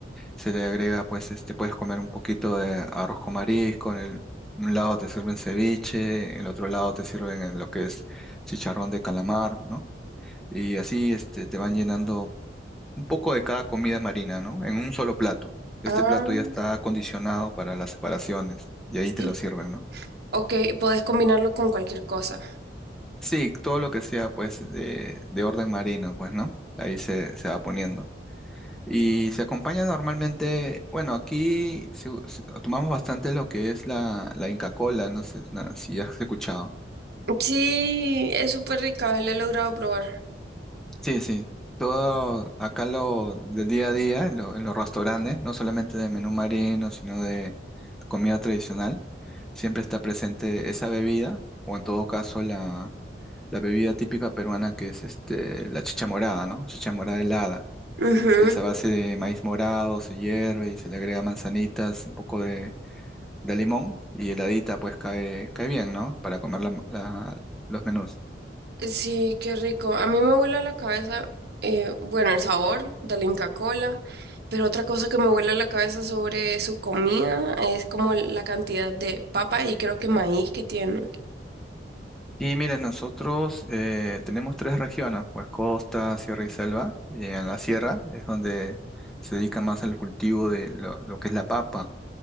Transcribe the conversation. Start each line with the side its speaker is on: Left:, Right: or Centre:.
Centre: Se le agrega, pues, este, puedes comer un poquito de arroz con marisco, en el, un lado te sirven ceviche, en el otro lado te sirven en lo que es chicharrón de calamar, ¿no? Y así, este, te van llenando un poco de cada comida marina, ¿no? En un solo plato. Este
Right: ah,
Centre: plato ya está acondicionado para las separaciones y ahí
Right: sí.
Centre: te lo sirven, ¿no?
Right: Ok, podés combinarlo con cualquier cosa.
Centre: Sí, todo lo que sea, pues, de, de orden marino, pues, ¿no? Ahí se, se va poniendo. Y se acompaña normalmente, bueno, aquí se u- se- tomamos bastante lo que es la, la Inca Kola, no sé na- si has escuchado.
Right: Sí, es súper rica, la he logrado probar.
Centre: Sí, sí. Todo acá lo del día a día, en lo- en los restaurantes, no solamente de menú marino, sino de comida tradicional, siempre está presente esa bebida, o en todo caso la, la bebida típica peruana que es este, la chicha morada, ¿no? Chicha morada helada,
Right: Ujú.
Centre: que es a base de maíz morado, se hierve y se le agrega manzanitas, un poco de limón y heladita, pues cae, cae bien, ¿no? Para comer la- la- los menús.
Right: Sí, qué rico. A mí me vuela la cabeza, eh, bueno, el sabor de la Inca Kola, pero otra cosa que me vuela la cabeza sobre su comida es como la cantidad de papa y creo que maíz que tienen.
Centre: Y miren, nosotros eh, tenemos tres regiones, pues costa, sierra y selva. Y en la sierra es donde se dedica más al cultivo de lo, lo que es la papa.